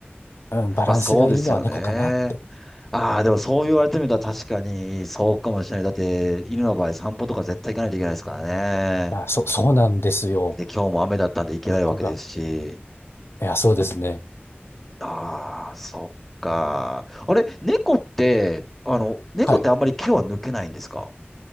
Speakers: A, on the left; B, in the centre.
A: うん、バランスがいいのは猫かなって。
B: まあそうですよね。ああ、でもそう言われてみたら確かにそうかもしれない。だって犬の場合散歩とか絶対行かないといけないですからね。
A: あ、そう、そうなんですよ。
B: で、今日も雨だったんで行けないわけですし。
A: そこが。いや、そうですね。
B: ああ、そっか。あれ、猫って、あの、猫ってあんまり毛は抜けないんですか
A: はい。